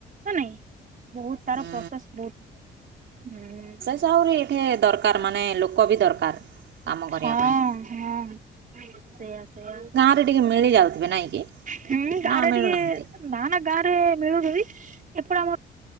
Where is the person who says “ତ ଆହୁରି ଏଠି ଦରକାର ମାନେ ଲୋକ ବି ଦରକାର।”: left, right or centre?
Right